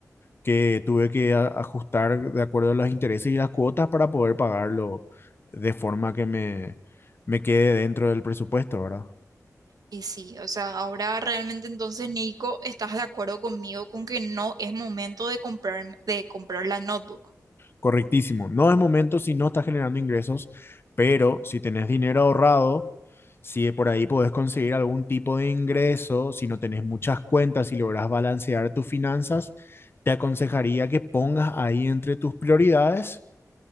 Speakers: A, on the left; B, on the right.
A: que tuve que a- ajustar de acuerdo a los intereses y las cuotas para poder pagarlo de forma que me, me quede dentro del presupuesto, ¿verdad?
B: y sí, o sea, ahora realmente entonces, Nico, ¿estás de acuerdo conmigo con que no es momento de comprar, de comprar la notebook?
A: correctísimo. No es momento si no estás generando ingresos, pero si tenés dinero ahorrado, si por ahí podés conseguir algún tipo de ingreso, si no tenés muchas cuentas, si logras balancear tus finanzas, te aconsejaría que pongas ahí entre tus prioridades